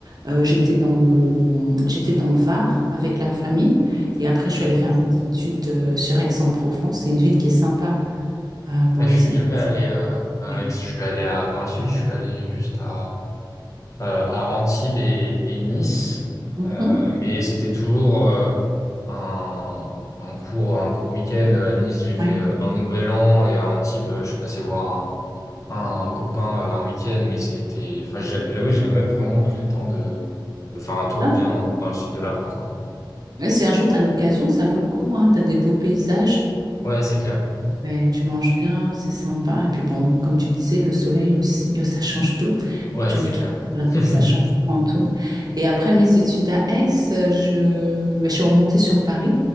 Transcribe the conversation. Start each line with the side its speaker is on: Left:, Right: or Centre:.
Right: Euh, j'étais dans le, j'étais dans le Var avec la famille et après, je
Left: d'accord.
Right: suis allée faire mes études euh, sur Aix-en-Provence. C'est une ville qui est sympa euh, pour
Left: Ah,
Right: les
Left: Je suis
Right: études.
Left: jamais allé à, à
Right: Ouais.
Left: Aix. je suis allé à, dans le sud, je suis allé juste à, euh, à Antibes et, et Nice.
Right: Mhm.
Left: Euh, mais c'était toujours euh, un, un court, un court week-end. À Nice, j'ai fait
Right: Ouais.
Left: euh, un nouvel an et à Antibes, euh, je suis passé voir un copain euh, un week-end, mais c'était, enfin, j'a- j'avoue, j'ai jamais vraiment pris le temps de, de faire un tour
Right: Ah,
Left: bien dans, dans le sud de la France, quoi.
Right: ouais, si un jour tu as l'occasion, ça vaut le coup, hein. Tu as des beaux paysages.
Left: Ouais, c'est clair.
Right: Mais tu manges bien, c'est sympa. Et puis bon, comme tu disais, le soleil aussi, euh, ça change tout.
Left: Ouais,
Right: Tu
Left: c'est
Right: ouvres tout,
Left: clair.
Right: voilà,
Left: <laughs>
Right: ça change en tout. Et après mes études à Aix, euh, je, ben, je suis remontée sur Paris,